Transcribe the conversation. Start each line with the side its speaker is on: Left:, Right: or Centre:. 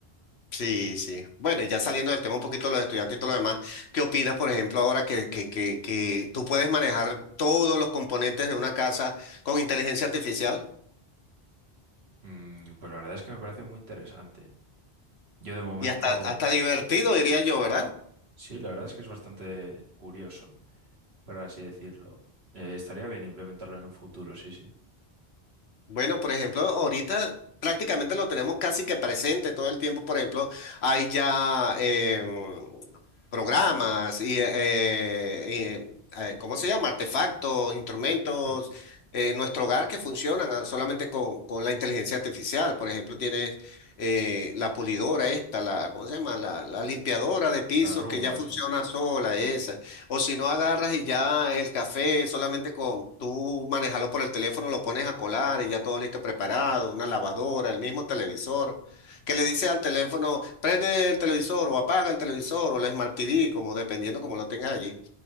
Left: Sí, sí. Bueno, y ya saliendo del tema un poquito de los estudiantes y todo lo demás, ¿qué opinas, por ejemplo, ahora que, que, que, que tú puedes manejar todos los componentes de una casa con inteligencia artificial?
Right: Mm, pues la verdad es que me parece muy interesante. Yo de momento,
Left: Y hasta, hasta divertido, diría yo, ¿verdad?
Right: sí, la verdad es que es bastante curioso, por así decirlo. Eh, estaría bien implementarlo en un futuro, sí, sí.
Left: Bueno, por ejemplo, ahorita prácticamente lo tenemos casi que presente todo el tiempo. Por ejemplo, hay ya em, programas y, eh, eh, eh, ¿cómo se llama? Artefactos, instrumentos
Right: Mm,
Left: eh, en nuestro hogar que funcionan ah, solamente con, con la inteligencia artificial. Por ejemplo, tienes eh, la pulidora esta, la, ¿cómo se llama? La, la limpiadora de pisos
Right: La rumba,
Left: que ya funciona
Right: sí.
Left: sola, esa. O si no agarras y ya el café solamente con tú manejarlo por el teléfono, lo pones a colar y ya todo listo preparado, una lavadora, el mismo televisor, que le dice al teléfono, prende el televisor o apaga el televisor o el Smart TV, como dependiendo como lo tengas allí.